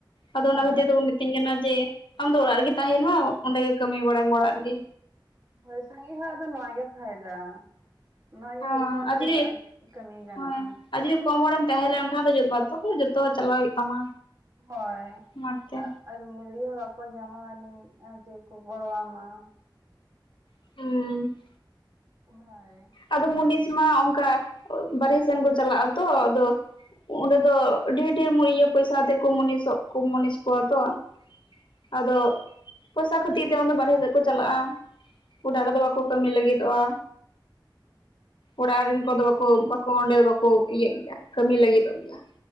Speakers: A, on the left; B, on the right.
A: ᱟᱫᱚ
B: ᱦᱳᱭ
A: ᱚᱱᱟ ᱠᱷᱟᱹᱛᱤᱨ ᱛᱮᱠᱚ ᱢᱤᱛᱟᱹᱧ ᱠᱟᱱᱟ ᱡᱮ, ᱟᱢ ᱫᱚ ᱚᱲᱟᱜ ᱨᱮᱜᱮ ᱛᱟᱦᱮᱱ ᱢᱟ ᱚᱸᱰᱮ ᱜᱮ ᱠᱟᱹᱢᱤ ᱵᱟᱲᱟᱭᱟᱢ ᱚᱲᱟᱜ ᱨᱮᱜᱮ᱾
B: ᱦᱳᱭ ᱥᱟᱺᱜᱤ ᱦᱚᱲᱟᱜ ᱫᱚ ᱱᱚᱣᱟ ᱜᱮ ᱯᱷᱟᱭᱫᱟ ᱾ ᱱᱚᱣᱟ ᱜᱮ
A: ᱦᱚᱸ
B: ᱢᱤᱫ ᱥᱟᱶᱛᱮ
A: ᱟᱨ ᱡᱩᱫᱤ
B: ᱠᱟᱹᱢᱤ ᱜᱟᱱᱚᱜ-ᱟ᱾
A: ᱦᱮᱸ ᱟᱨ ᱡᱩᱫᱤ ᱠᱚᱢ ᱦᱚᱲᱮᱢ ᱛᱟᱦᱮᱸ ᱞᱮᱱ ᱠᱷᱟᱱ, ᱵᱟᱫᱽᱫᱷᱚᱠᱚᱨ ᱡᱚᱛᱚ ᱪᱟᱞᱟᱜ ᱦᱩᱭᱩᱜ ᱛᱟᱢᱟ᱾
B: ᱦᱳᱭ
A: ᱢᱟᱴᱷ
B: ᱾
A: ᱛᱮ
B: ᱟᱨ ᱢᱩᱞᱤᱭᱟ ᱦᱚᱸ ᱵᱟᱠᱚ ᱧᱟᱢᱟᱱᱤᱡ ᱟᱨ ᱡᱮ ᱠᱚ ᱜᱚᱲᱚᱣᱟᱢᱟ ᱾
A: ᱦᱩᱸ ᱾
B: ᱦᱟᱭ ᱾
A: ᱟᱫᱚ ᱢᱩᱚᱱᱤᱥ ᱢᱟ ᱚᱱᱠᱟ ᱵᱟᱨᱦᱮ ᱥᱮᱱ ᱠᱚ ᱪᱟᱞᱟᱜ ᱟᱛᱚ ᱟᱫᱚ ᱚᱸᱰᱮ ᱫᱚ ᱰᱷᱮᱨ ᱰᱷᱮᱨ ᱤᱭᱟᱹ ᱯᱚᱭᱥᱟ ᱛᱮᱠᱚ ᱢᱩᱱᱤᱥᱚᱜ ᱠᱚ ᱢᱩᱱᱤᱥ ᱠᱚᱣᱟ ᱛᱚ ᱾ ᱟᱫᱚ ᱯᱩᱭᱥᱟ ᱠᱷᱟᱹᱛᱤᱨ ᱛᱮ ᱚᱱᱰᱮ ᱵᱟᱨᱦᱮ ᱥᱮᱫ ᱠᱚ ᱪᱟᱞᱟᱜᱼᱟ᱾ ᱚᱲᱟᱜ
B: ᱦᱳᱭ,
A: ᱨᱮᱫᱚ ᱵᱟᱠᱚ ᱠᱟᱹᱢᱤ ᱞᱟᱹᱜᱤᱫᱚᱜᱼᱟ ᱚᱲᱟᱜ ᱨᱮᱱ ᱠᱚᱫᱚ ᱵᱟᱠᱚ ᱠᱚ ᱚᱸᱰᱮ ᱫᱚ ᱵᱟᱠᱚ ᱤᱭᱟᱹᱜ ᱜᱮᱭᱟ ᱠᱟᱹᱢᱤ ᱞᱟᱹᱜᱤᱫᱚᱜ ᱜᱮᱭᱟ